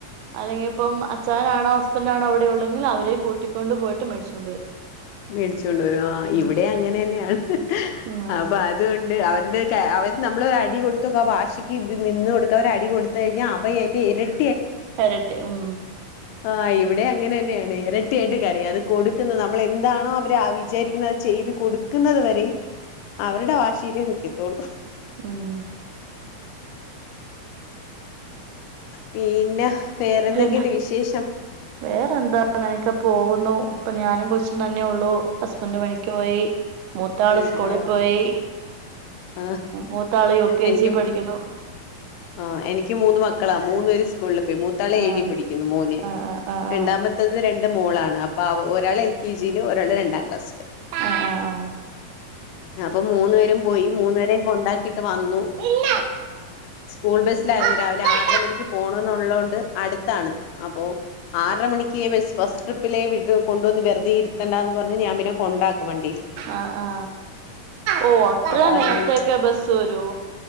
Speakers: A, on the right; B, on the left.
A: അല്ലെങ്കിപ്പം അ ച്ഛനാണോ ഹസ്ബന്റാണോ ഇവിടെയുള്ളെങ്കിൽ അവരേം കൂട്ടിക്കൊണ്ട് പോയിട്ട് മേടിച്ചോണ്ട് വരും
B: മേടിച്ചുണ്ട്വരും
A: ഉം
B: ഇവിടേം അങ്ങനെന്നെയാണ്
A: ഉം ആ
B: അപ്പൊ അതൊണ്ട് അവരുടെയൊക്കെ അവര് നമ്മളൊരടി കൊടുത്ത്നോക്ക് ആ വാശിക്ക് നിന്ന്കൊടുക്കാതെ ഒരടി കൊടുത്ത് കഴിഞ്ഞാ അവ യെന്റെ ഇരട്ടി
A: എരട്ടി ഉം
B: ആ ഇവിടേം അങ്ങനെന്നെയാണ് ഇരട്ടിയായിട്ട്
A: ഉം
B: കരയും അത് കൊടുക്കുന്ന നമ്മൾ എ ന്താണോ അവര് വിചാരിക്കുന്നത് അത് ചെയ്ത് കൊടുക്കുന്നത് വരെയും അവരുടെ വാശിയിലെ നിക്കു നിക്കൂള്ളൂ
A: ഉംഹ്
B: പിന്നെ വേറെന്തൊക്കെയുണ്ട്
A: പിന്നെ
B: വിശേഷം
A: വേറെന്താ അങ്ങനെയൊക്കെ പോകുന്നു ഇപ്പൊ ഞാനും കൊച്ചും തന്നെയുള്ളൂ ഹസ്ബന്റ് പണിക്ക് പോയി മൂത്താള്
B: ഒയ്,
A: സ്കൂളി
B: ആ
A: പോയി
B: ആ
A: മൂത്താള് യു കെ
B: എനിക്ക്
A: ജി പഠിക്ക്ണു
B: ആ എനിക്ക് മൂന്ന് മക്കളാ മൂന്നേരും സ്കൂളില് പോയി മൂ മൂത്താള് ഏഴിൽ
A: ആഹ്
B: പിടിക്കുന്നു മോന്
A: ആഹ് ആഹ്
B: രണ്ടാമത്തത്
A: ആഹ്
B: രണ്ട് മോളാണ് അപ്പ ഒരാൾ എൽ കെ ജിയില് ഒരാള് രണ്ടാം ക്ലാസ്സില്
A: ആഹ് ആഹ് ആഹ് ആഹ്
B: അപ്പൊ മൂന്നു പേരും പോയി മൂന്നപേരെയും കൊണ്ടാക്കിട്ട് വന്നു
A: ഉം ഉം
B: സ്കൂൾ ബസിലായിരുന്നു
A: ആഹ്
B: രാവിലെ
A: ആഹ്
B: ആറര മണിക്ക് പോണന്നുള്ളത്കൊണ്ട് അടുത്താണ് അപ്പോ ആറര മണിക്ക് ഫസ്റ്റ് ട്രിപ്പിലെ കൊണ്ടുവന്ന് വെറുതെ ഇരുത്തണ്ട എന്ന് പറഞ്ഞ് ഞാൻ പിന്നെ കൊണ്ടാക്കും വണ്ടിയില്
A: ആ ആ ഓ അത്ര
B: അപ്പൊ അതുകൊണ്ട്
A: നേരത്തൊക്കെ ബസ് വരോ